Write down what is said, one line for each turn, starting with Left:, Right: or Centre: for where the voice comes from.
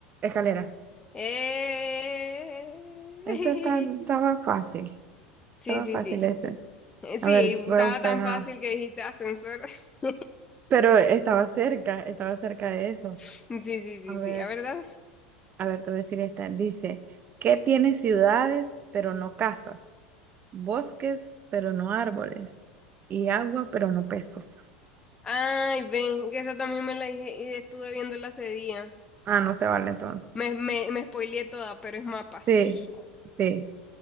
Right: Escaleras.
Left: Eh,
Right: Ese está-
Left: <laughs>
Right: estaba fácil. Estaba
Left: Sí, sí,
Right: fácil
Left: sí.
Right: ese.
Left: Eh, Sí,
Right: A ver, voy
Left: estaba
Right: a buscar
Left: tan
Right: una.
Left: fácil que dijiste ascensor. <laughs>
Right: Pero estaba cerca, estaba cerca de eso.
Left: Sí, sí, sí,
Right: A ver,
Left: sí. A ver, dame.
Right: a ver, te voy a decir esta. Dice, ¿qué tiene ciudades pero no casas? Bosques pero no árboles. Y agua pero no peces.
Left: Ay, ven, que esa también me la dije y estuve viéndola hace día.
Right: Ah, no se vale entonces.
Left: Me, me, me spoileé toda, pero es mapa. <laughs>
Right: Sí, sí.